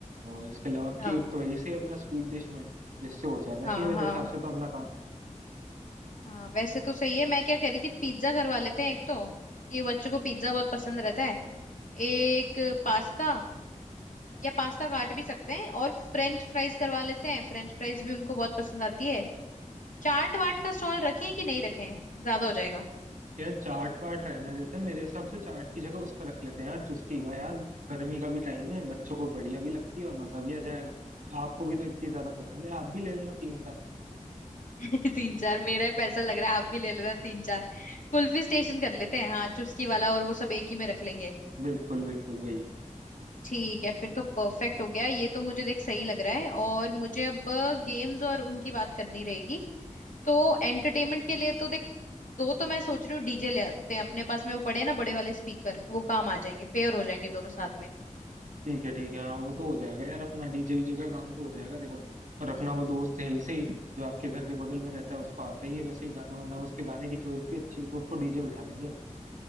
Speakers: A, on the right; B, on the left.
A: और इसके अलावा
B: हाँ
A: केक तो यही से अपना स्वीट डिश में तो इससे हो जाना
B: हाँ
A: चाहिए मेरे
B: हाँ
A: हिसाब से तो अपना काम
B: हाँ वैसे तो सही है मैं क्या कह रही थी पिज्जा करवा लेते हैं एक तो ये बच्चों को पिज्जा बहुत पसंद रहता है एक पास्ता या पास्ता काट भी सकते हैं और फ्रेंच फ्राइज करवा लेते हैं फ्रेंच फ्राइज भी उनको बहुत पसंद आती है चाट वाट का स्टॉल रखें कि नहीं रखें ज्यादा हो जाएगा
A: यार चाट वाट रहने देते हैं मेरे हिसाब से चाट की जगह उसका रख लेते हैं यार चुस्की का यार गर्मी का भी टाइम है बच्चों को बढ़िया भी लगती है और मजा भी आ जाएगा आपको भी तो इतनी ज्यादा पसंद है आप भी ले लेना तीन चार
B: <laughs> तीन चार मेरा ही पैसा लग रहा है आप भी ले लेना तीन चार कुल्फी स्टेशन कर लेते हैं हाँ चुस्की वाला और वो सब एक ही में रख लेंगे
A: बिल्कुल बिल्कुल वही
B: ठीक है फिर तो परफेक्ट हो गया ये तो मुझे देख सही लग रहा है और मुझे अब गेम्स और उनकी बात करनी रहेगी तो एंटरटेनमेंट के लिए तो देख दो तो मैं सोच रही हूँ डीजे ले आते हैं अपने पास में वो बड़े ना बड़े वाले स्पीकर वो काम आ जाएंगे पेयर हो जाएंगे दोनों साथ में
A: ठीक है ठीक है हाँ वो तो हो जाएगा यार अपना डीजे वीजे का काम तो हो जाएगा देखो और अपना वो दोस्त है ही सही जो आपके घर के बगल में रहता है उसको आता ही है वैसे ही गाना वाना उसके गाने की चॉइस भी अच्छी है तो उसको डीजे बिठा देंगे